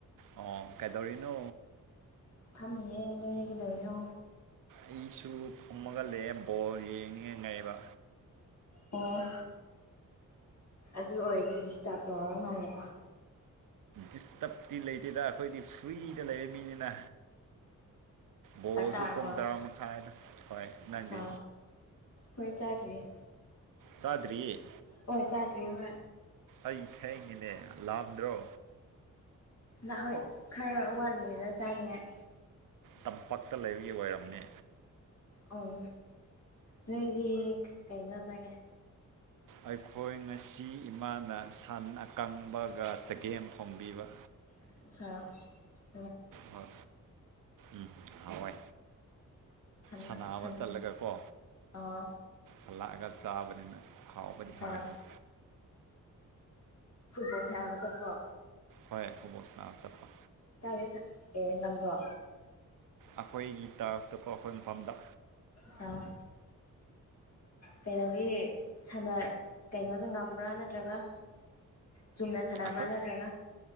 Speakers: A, on the right; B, on the left.
A: ꯑꯣ ꯀꯩꯗꯧꯔꯤꯅꯣ
B: ꯐꯝꯃꯤꯌꯦ ꯅꯣꯏꯗꯤ ꯀꯩꯗꯧꯋꯤꯅꯣ
A: ꯑꯩꯁꯨ ꯐꯨꯝꯃꯒ ꯂꯩꯌꯦ ꯕꯣꯜ ꯌꯦꯡꯅꯤꯡꯉꯩ ꯉꯥꯏꯑꯕ
B: ꯑꯣ ꯑꯗꯨ ꯑꯣꯏꯔꯗꯤ ꯗꯤꯁꯇꯥꯔꯕ ꯇꯧꯔꯕ ꯃꯥꯜꯂꯦꯀꯣ
A: ꯗꯤꯁꯇꯔꯕꯇꯤ ꯂꯩꯇꯦꯗ ꯑꯩꯈꯣꯏꯗꯤ ꯐ꯭ꯔꯤꯗ ꯂꯩꯕ ꯃꯤꯅꯤꯅ ꯕꯣꯜꯁꯨ
B: ꯆꯥꯛ ꯆꯥꯔꯕꯣ
A: ꯄꯨꯡ ꯇꯔꯥ ꯃꯈꯥꯏꯗ ꯍꯣꯏ ꯅꯪꯗꯤ
B: ꯆꯥ ꯍꯣꯏ ꯆꯥꯈꯤꯒꯦ
A: ꯆꯥꯗ꯭ꯔꯤ
B: ꯍꯣꯏ ꯆꯥꯗꯔꯤ ꯍꯣꯏ
A: ꯑꯩ ꯊꯦꯡꯉꯤꯅꯦ ꯂꯥꯝꯗ꯭ꯔꯣ
B: ꯗ ꯍꯣꯏ ꯈꯔ ꯋꯥꯠꯂꯤꯉꯩꯗ ꯆꯥꯅꯤꯡꯉꯥꯏ
A: ꯇꯝꯄꯥꯛꯛꯇ ꯂꯩꯕꯒꯤ ꯑꯣꯏꯔꯝꯅꯤ
B: ꯑꯪ ꯅꯣꯏꯗꯤ ꯀꯩ ꯏꯟꯁꯥꯡ ꯆꯥꯒꯦ
A: ꯑꯩꯈꯣꯏ ꯉꯁꯤ ꯏꯃꯥꯅ ꯁꯟ ꯑꯀꯪꯕꯒ ꯆꯒꯦꯝ ꯊꯣꯝꯕꯤꯕ
B: <unintelligible>
A: ꯍꯣꯏ ꯎꯝ ꯍꯥꯎꯋꯦ
B: ꯍꯟ
A: ꯁꯥꯅꯕ
B: ꯍꯟ
A: ꯆꯠꯂꯒꯀꯣ
B: ꯑꯣ
A: ꯍꯜꯂꯛꯑꯒ ꯆꯥꯕꯅꯤꯅ ꯍꯥꯎꯕꯗꯤ
B: ꯑꯠꯁꯥ
A: ꯍꯥꯎꯋꯥꯏ ꯍꯔꯦ
B: ꯐꯨꯠꯕꯣꯜ ꯁꯥꯅꯕ ꯆꯠꯄ
A: ꯍꯣꯏ ꯐꯨꯠꯕꯣꯜ ꯁꯅꯥꯕ ꯆꯠꯄ
B: <unintelligible> ꯉꯝꯕ꯭ꯔꯣ
A: ꯑꯩꯈꯣꯏꯒꯤ ꯇꯔꯐꯇꯀꯣ ꯑꯩꯈꯣꯏ ꯃꯐꯝꯗ
B: ꯆꯥꯎ ꯀꯩꯅꯣꯒꯤ ꯁꯅ ꯀꯩꯅꯣꯗ ꯉꯝꯕ꯭ꯔꯥ ꯅꯠꯇ꯭ꯔꯒ ꯆꯨꯝꯅ ꯁꯥꯟꯅꯕ꯭ꯔꯥ
A: ꯑꯩꯈꯣꯏ
B: ꯅꯠꯇ꯭ꯔꯒ